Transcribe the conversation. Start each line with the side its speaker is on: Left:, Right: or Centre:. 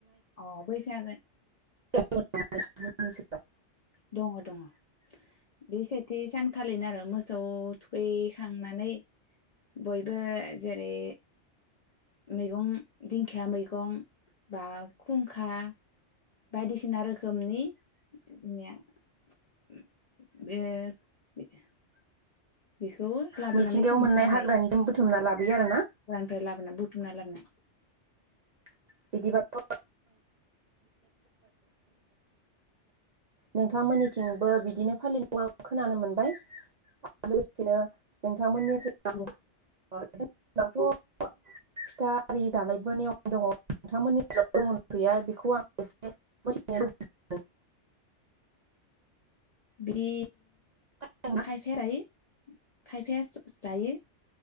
Left: अ बैसागो
Right: <unintelligible>
Left: दङ' दङ' बे सेथि सानखालिनो आरो मोसौ थुखैखांनानै बयबो जेरै मैगं दिंखिया मैगं बा खुंखा बायदिसिना रो खोमनि जोंनिया उम बे <unintelligible> बेखौ लाबोनानै
Right: मिथिंगायाव
Left: संना
Right: मोननाय हाग्रानिखौ बुथुमना लाबो यो आरो ना।
Left: ओमफ्राय लाबोना बुथुमना लाबोनाय
Right: <unintelligible> बिदिब' नोंथांमोननिथिंबो बिदिनो फालिनायखौ खोनानो मोनबाय लोगोसेनो नोंथांमोननि <unintelligible>
Left: औ।
Right: <unintelligible> ओ जोंनावथ' फिथा आरि जानायबो नियम दङ नोंथांमोननियाव दं गैया बेखौ आं एसे मिथिनो लुबैदों।
Left: बि
Right: लुबैदों
Left: खायफाया रायो खायफाया स जायो